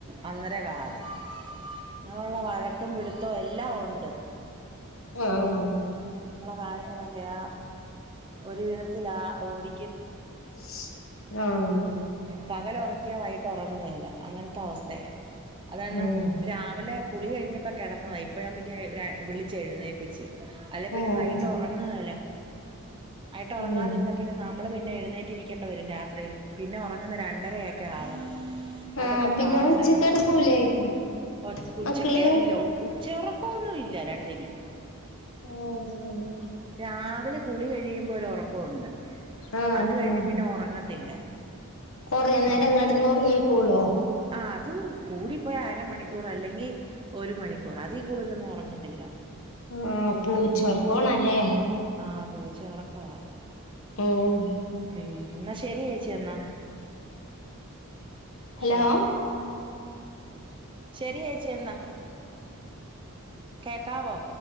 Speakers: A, on the right; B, on the left.
A: അന്നേരം കാറും അങ്ങനെയുള്ള വഴക്കും പിടുത്തവും എല്ലാം ഉണ്ട്
B: ആഹ്
A: കാര്യങ്ങളൊക്കെ ആ ഒരു വിധത്തില ആ ഓടി
B: ആഹ്
A: പകലൊറക്കിയ വൈകിട്ട് ഉറങ്ങുകേല അങ്ങനത്തെ അവസ്ഥയ അത് കാരണം
B: ഉം
A: രാവിലെ കുളി കഴിഞ്ഞപ്പോ കിടന്നതാ ഇപ്പഴാ പിന്നെ ഞാൻ വിളിച്ച് എഴുന്നേപ്പിച്ച് അല്ലെ പിന്നെ
B: ആഹ്
A: വൈകിട്ട് ഉറങ്ങുകേല്ല വൈകിട്ട് ഉറങ്ങാതിരുന്ന
B: ഉം
A: പിന്നെ നമ്മള് പിന്നെ എഴുന്നേറ്റിരിക്കേണ്ടി വരും രാത്രിയില് പിന്നെ ഉറ ഉറങ്ങുന്നേ രണ്ടരയൊക്കെ ആവണം
B: ആഹ്
A: അതൊക്കെ
B: പിന്നെ
A: പാടല്ലെന്നാ
B: ഉച്ചക്ക് കെടക്കൂലായിരിക്കും
A: ഒച്ച ഉച്ചക്ക്
B: മക്കള്
A: ഇല്ല ഉച്ചയൊറക്കൊന്നും ഇല്ല രണ്ടിനും
B: ഉം <inaudible>
A: രാവിലെ കുളി കഴിയുമ്പോ ഒരു ഒറക്കൊണ്ട്
B: ആഹ്
A: അത് കഴിഞ്ഞ പിന്നെ ഉറങ്ങത്തില്ല
B: കൊറേ നേരം കെടന്ന ഉറങ്ങിക്കോളുവോ
A: ആ അത് കൂടിപ്പോയ അരമണിക്കൂർ അല്ലെങ്കി ഒരു മണിക്കൂർ അതീ കൂടുതലൊന്നും ഉറങ്ങത്തില്ല
B: ആഹ് പൂച്ചോർക്കാണല്ലേ
A: ആ പൂച്ച ഉറക്കവാ
B: ആഹ്
A: ഉം ന്നാ ശെരി ചേച്ചി എന്നാ
B: ഹലോ
A: ശരി ശരി ചേച്ചി എന്ന കേക്കാവോ